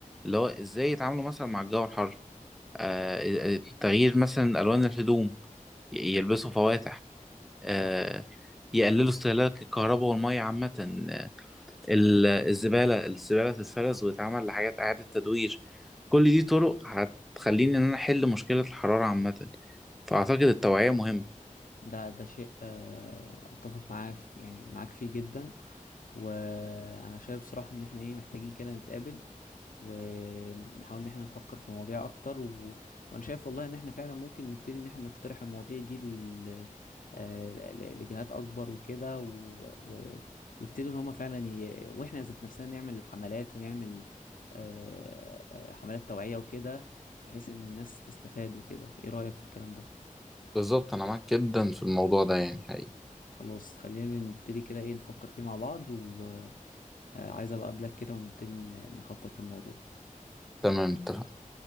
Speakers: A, in the centre; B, on the left.
A: اللي هو ازاي يتعاملوا مثلا مع الجو الحر آه، آه، تغيير مثلا ألوان الهدوم ي- يلبسوا فواتح آه،
B: صح
A: يقللوا استهلاك الكهرباء والمية عامة آه، ال- الزبالة الزبالة تتفرز وتتعمل لحاجات إعادة تدوير كل دي طرق هتخليني إن أنا أحل مشكلة الحرارة عامة فأعتقد التوعية مهمة
B: ده ده شيء آه، اتفق معاك يعني معاك فيه جدا وانا شايف صراحة ان احنا ايه محتاجين كده نتقابل ونحاول ان احنا نفكر في مواضيع اكتر و... وانا شايف والله ان احنا فعلا ممكن نبتدي ان احنا نقترح المواضيع دي ل... آه، ل- لجهات اكبر وكده و... و... ويبتدوا ان هما فعلا ي... واحنا ذات نفسنا نعمل حملات ونعمل آه، آه، حملات توعية وكده بحيث ان الناس تستفاد وكده ايه رأيك في الكلام ده
A: بالظبط انا معاك جدا في الموضوع ده يعني حقيقي
B: خلاص خلينا نبتدي كده ايه نفكر فيه مع بعض وعايز ابقى اقابلك كده ونبتدي ن- نخطط للموضوع
A: تمام اتفقنا